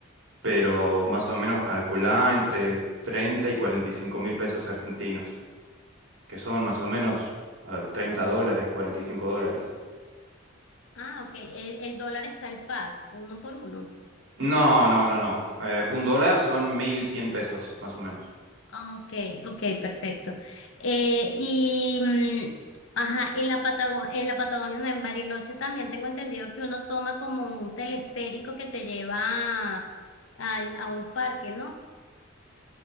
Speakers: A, on the right; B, on the left.
A: Pero
B: Ok.
A: más o menos calculá entre 30 y 45 mil pesos argentinos, que son más o menos, a ver, 30 dólares, 45 dólares.
B: Ah, ok. El, el dólar está al par, uno por uno.
A: No, no, no, no. Eh, un dólar son 1.100 pesos, más o menos.
B: Ah, ok, ok, perfecto. Eh, y, mm, ajá, en la Patago- en la Patagonia, no, en Bariloche también tengo entendido que uno toma como un teleférico que te lleva al- a, un parque, ¿no?